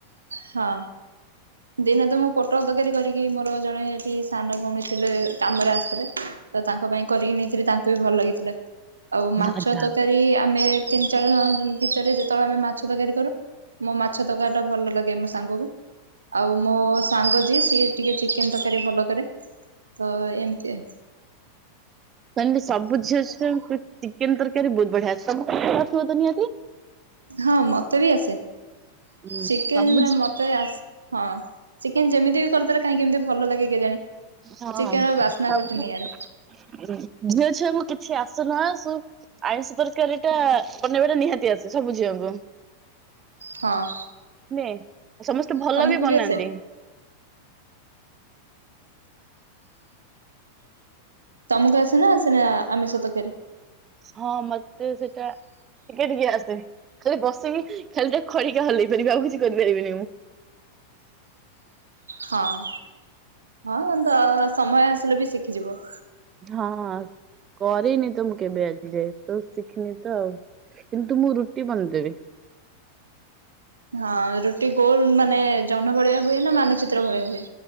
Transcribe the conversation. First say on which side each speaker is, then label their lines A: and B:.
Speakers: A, on the right; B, on the right.
A: ହଁ। ଦିନେ ତ ମୁଁ ପୋଟଳ ତରକାରୀ କରିକି ମୋର ଜଣେ ଏଠି ସାନ ଭଉଣୀ ଥିଲେ କାମରେ ଆସିଥିଲେ ତ ତାଙ୍କ ପାଇଁ କରିକି ନେଇଥିଲି ତାଙ୍କୁ ବି ଭଲ ଲାଗିଥିଲା ଆଉ ମାଛ
B: ଆଚ୍ଛା,
A: ତରକାରୀ ଆମେ ତିନି ଚାରିଜଣ ଭିତରେ ଯେତବଳେ ଆମେ ମାଛ ତରକାରୀ କରୁ ମୋ ମାଛ ତରକାରୀଟା ଭଲ ଲାଗେ ମୋ ସାଙ୍ଗକୁ। ଆଉ ମୋ ସାଙ୍ଗ ଯିଏ ସିଏ ଟିକେ ଚିକେନ ତରକାରୀ ଭଲ କରେ ତ ଏମତି।
B: ସେନ୍ତି ସବୁ ଝିଅଛୁଆଙ୍କୁ ଚିକେନ ତରକାରୀ ବହୁତ ବଢିଆ <unintelligible> ଆସିବ ତ ନିହାତି।
A: ହଁ ମତେ ବି ଆସେ
B: ହୁଁ।
A: ଚିକେନ
B: ସବୁ
A: ମତେ ଆସ ହଁ ଚିକେନ ଯେମିତି ବି କରିଦେଲେ କାହିଁକ ଏମତି ଭଲ ଲାଗେ କେଜାଣି।
B: ହଁ
A: ଚିକେନ
B: ସବୁ
A: ର ବାସ୍ନା ଗୋଟେ
B: ହୁଁ
A: ନିଆରା।
B: ଝିଅ ଛୁଆଙ୍କୁ କିଛି ଆସୁ ନ ଆସୁ ଆଇଁଷ ତରକାରୀଟା ବନେଇବାଟା ନିହାତି ଆସେ ସବୁ ଝିଅଙ୍କୁ।
A: ହଁ।
B: ନେ ସମସ୍ତେ ଭଲ
A: ତମକୁ
B: ବି ବନାନ୍ତି।
A: ଆସେ ତମକୁ ଆସେ ନା ଆସେନି ଆ ଆମିଷ ତରକାରୀ?
B: ହଁ ମତେ ସେଇଟା ଟିକେ ଟିକେ ଆସେ ଖାଲି ବସିକି ଖାଲି ଟିକେ ଖଡିକା ହଲେଇ ପାରିବି ଆଉ କିଛି କରିପାରିବିନି ମୁଁ।
A: ହଁ ହଁ ତ ସମୟ ଆସିଲେ ବି ଶିଖିଯିବ।
B: ହଁ। କରିନି ତ ମୁଁ କେବେ ଆଜି ଯାଏ ତ ଶିଖିନି ତ ଆଉ କିନ୍ତୁ ମୁଁ ରୁଟି ବନେଇଦେବି।
A: ହଁ ରୁଟି ଗୋଲ ମାନେ ଜହ୍ନ ଭଳିଆ ହୁଏ ନା ମାନଚିତ୍ର ଭଳିଆ ହୁଏ?